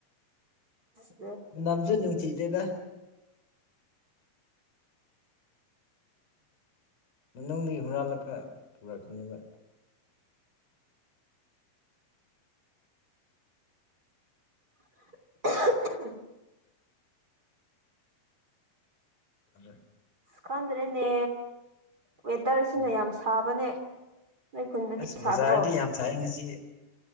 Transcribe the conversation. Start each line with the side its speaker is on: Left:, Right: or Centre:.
Right: ꯎ
Left: ꯅꯝꯁꯨ ꯅꯨꯡꯁꯤꯗꯦꯗ ꯃꯅꯨꯡꯗꯒꯤ ꯍꯨꯔꯥꯜꯂꯛꯀ ꯄꯨꯔꯛꯀꯅꯦꯕ
Right: <inaudible>
Left: ꯑ
Right: ꯈꯥꯥꯟꯗ꯭ꯔꯦꯅꯦ ꯋꯦꯗꯔꯁꯤꯅ
Left: ꯎꯝ
Right: ꯌꯥꯝ ꯁꯥꯕꯅꯦ ꯅꯣꯏ ꯈꯨꯟꯗꯗꯤ
Left: ꯑꯁ
Right: ꯁꯥꯗ꯭ꯔꯣ
Left: ꯕꯖꯥꯔꯗꯤ ꯌꯥꯝ ꯁꯥꯏ ꯉꯁꯤ